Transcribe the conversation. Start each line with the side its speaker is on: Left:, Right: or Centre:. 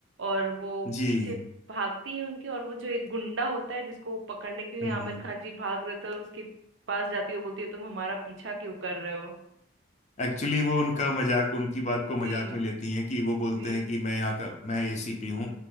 Right: और वो
Left: जी
Right: पीछे भागती है उनके और वो जो एक गुंडा होता है जिसको वो पकड़ने के लिए
Left: हम्म
Right: आमिर
Left: हम्म
Right: खान जी भाग रहे थे और उसके पास जाती है वो बोलती है तुम हमारा पीछा क्यों कर रहे हो
Left: एक्चुअली वो
Right: <laughs>
Left: उनका मजाक उनकी बात को मजाक
Right: जी
Left: में लेती हैं कि वो बोलते
Right: जी
Left: हैं कि मैं यहाँ का मैं एसीपी हूँ